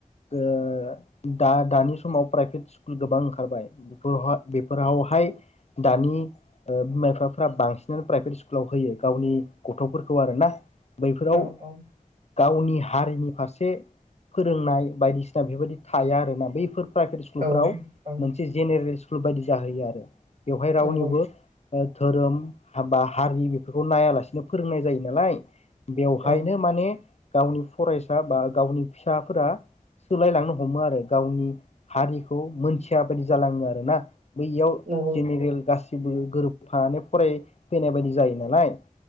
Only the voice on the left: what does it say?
ओ दा दानि समाव प्राइभेट स्कुल गोबां ओंखारबाय बेफोरहा बेफोरावहाय दानि बिमा बिफाफ्रा बांसिनानो प्राइभेट स्कुलाव होयो गावनि गथ'फोरखौ आरोना। बैफोराव
गावनि हारिनि फारसे से फोरोंनाय बायदिसिना बेफोरबायदि थाया आरोना बैफोर प्राइभेट स्कुफोराव
मोनसे जेरेल सिकुल बेफोरबायदि जाहोयो आरो बेवहाय रावनिबो
ओ धोरोम बा हारि बेफोरखौ नायालासिनो फोरोंनाय जायो नालाय बेवहायनो
माने गावनि फरायसा बा गावनि फिसाफोरा सोलायलांनो हमो आरो गावनि हारिखौ मोनथिया बायदि जालांङो आरो ना। बैयाव
जेनेरेल गासै गोरोबफानानै फरायफैनाय बायदि जायो नालाय